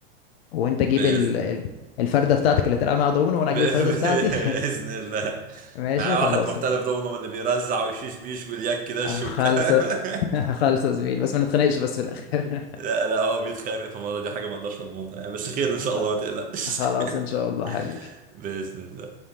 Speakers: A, on the left (about 75°); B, on the right (about 25°).
A: وانت جيب
B: باذن
A: ال... ال- الفرده بتاعتك اللي تلعب معاها دومينو
B: ب...
A: وانا اجيب الفرده
B: <laughs>
A: بتاعتي
B: باذن
A: <laughs>
B: الله
A: ماشي
B: معايا
A: خلاص
B: واحد محترف دومينو من اللي بيرزع ويشيش بيش واليك دش
A: خلص
B: والكلام
A: <laughs>
B: <laughs>
A: خلص يا زميلي بس ما نتخانقش بس في الاخر
B: لا لا هو بيتخانق فالمرة دي حاجة ما اقدرش اضمنها يعني بس خير ان
A: <laughs>
B: شاء
A: خ-
B: الله ما تقلقش
A: خلاص
B: <laughs>
A: ان شاء الله حبيبي
B: بإذن الله